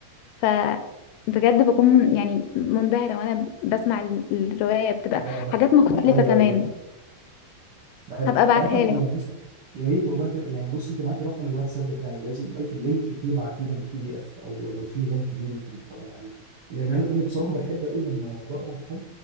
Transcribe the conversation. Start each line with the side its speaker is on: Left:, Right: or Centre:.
Left: ف بجد بكون من يعني منبهرة وانا بسمع ال- الرواية بتبقى
Right: لا
Left: حاجات
Right: ده
Left: مختلفة
Right: ده حلو
Left: كمان
Right: قوي ده ده حلو
Left: هبقى
Right: انت
Left: ابعتها
Right: عارف انا
Left: لك
Right: انا بس يا ريت والله ت... يعني بص انت معاك رقم الواتساب بتاعي لازم لك اللينك فيه ابعتيه لي البي دي اف او لو في لينك ليه ممكن اتفرج عليه لان انا انا بصراحه بحب قوي لما بقرا لحد